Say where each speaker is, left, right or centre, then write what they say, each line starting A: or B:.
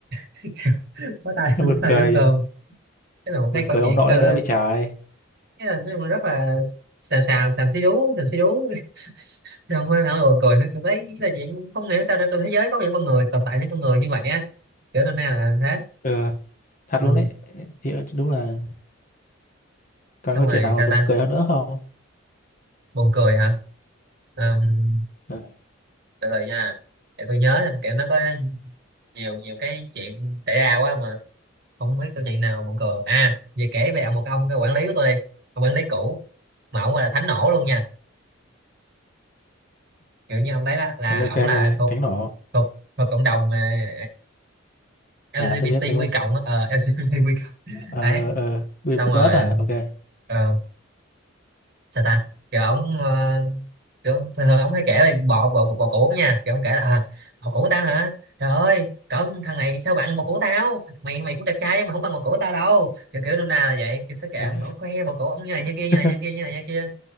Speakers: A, on the right; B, on the left.
A: <laughs> bó tay
B: nó
A: bó
B: buồn
A: tay
B: cười
A: nhóm cơm
B: kìa.
A: cái là một
B: buồn
A: cái câu
B: cười
A: chuyện
B: ông nội
A: gọi là
B: nữa bị trời
A: cái là nói chung là rất là xàm xàm xàm xí đú xàm xí đú <laughs> Chứ không phải hả buồn cười nữa tôi thấy là chuyện không hiểu sao trên thế giới có những con người tồn tại những con người như vậy á kiểu nên nay là thế
B: ừ, thật
A: ừ.
B: luôn đấy thì đúng là còn
A: xong
B: có chuyện
A: rồi
B: nào
A: sao
B: mà buồn
A: ta
B: cười hơn nữa không
A: buồn cười hả Ờm,
B: ừ,
A: từ từ nha để tôi nhớ là kiểu nó có nhiều nhiều cái chuyện xảy ra quá mà không biết câu chuyện nào buồn cười à về kể về một ông cái quản lý của tôi đi ông quản lý cũ mà ông là thánh nổ luôn nha kiểu như ông đấy đó là
B: ok ok
A: ông là thuộc
B: tránh nổ
A: thuộc thuộc cộng đồng mà ờ,
B: à
A: lờ giê bê
B: tôi biết
A: tê
B: tôi
A: quy
B: biết
A: cộng á ờ, <laughs> LGBTQ cộng
B: ờ
A: đấy
B: ờ we
A: xong
B: plus
A: rồi
B: à ok
A: ờ, sao ta kiểu ổng ờ, kiểu thường thường ổng hay kể về bò bò bò cũ nha kiểu ổng kể là à, bò cũ tao hả trời ơi cẩn thằng này sao bằng bò cũ tao mày mày cũng đẹp trai nhưng mà không bằng bò cũ tao đâu kiểu kiểu nôm na là vậy kiểu sẽ kể
B: à,
A: ổng ổng khoe bò cũ ổng như này như
B: <laughs>
A: kia như này như kia như này như kia